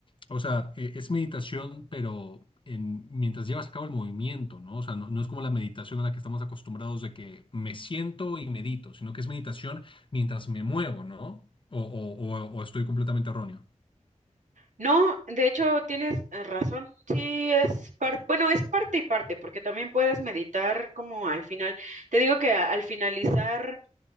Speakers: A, on the left (about 40°); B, on the right (about 75°).
A: o sea, e- es meditación, pero en, mientras llevas a cabo el movimiento, ¿no? O sea, no, no es como la meditación a la que estamos acostumbrados de que me siento y medito, sino que es meditación mientras me muevo, ¿no? O, o- o- o estoy completamente erróneo.
B: No, de hecho tienes eh, razón, sí es parte, bueno, es parte y parte, porque también puedes meditar como al final, te digo que a- al finalizar,